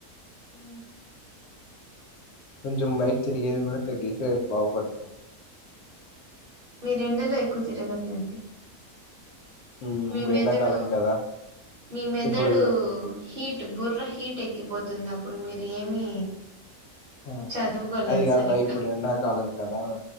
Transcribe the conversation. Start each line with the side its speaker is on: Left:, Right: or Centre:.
Right: ఆ
Left: కొంచెం బయట తిరిగేది కూడా తగ్గిస్తే బాగుపడతా
Right: మీరు ఎండలో ఎక్కువ తిరగొద్దండి
Left: ఉమ్
Right: మీ
Left: ఇప్పుడు
Right: మెదడు
Left: ఎండాకాలం కదా
Right: మీ మెదడు
Left: ఇప్పుడు
Right: హీట్ బుర్ర హీట్ ఎక్కిపోతుందప్ ఏమి
Left: ఆ,
Right: చదువుకోలేదు
Left: అది కాక
Right: సరిగ్గా
Left: ఇప్పుడు ఎండాకాలం కదా